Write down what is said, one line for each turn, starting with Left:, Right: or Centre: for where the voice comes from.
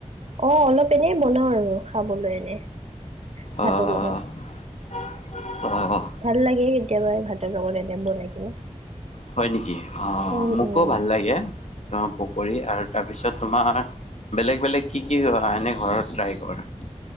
Right: অ' অলপ এনে বনাওঁ আৰু। খাবলৈ এনে ভাতৰ
Left: অ'-অ'-অ'
Right: লগত ভাল লাগে কেতিয়াবা ভাতৰ লগত এনে বনাই কিনে।
Left: হয় নেকি? অ
Right: উম
Left: মোকো
Right: উম
Left: ভাল লাগে তোমাৰ পকৰী আৰু তাৰপিছত তোমাৰ বেলেগ-বেলেগ কি-কি এনে ঘৰত ট্ৰাই কৰা?